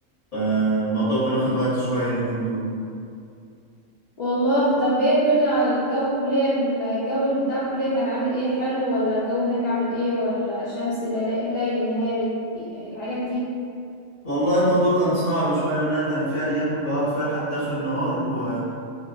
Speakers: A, on the left (about 30°); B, on the left (about 60°).
A: فالموضوع كان واخد وقت شويه اليومين دول
B: والله طب ايه الدنيا على الجو الكلية الجو اللي بتاع الكلية كان عامل ايه حلو ولا الجو هناك عامل ايه ولا شمس لا- ليل نهاري الحاجات دي
A: والله الموضوع كان صعب شويه لان انا كان في ايام بقعد فيها لحد اخر النهار و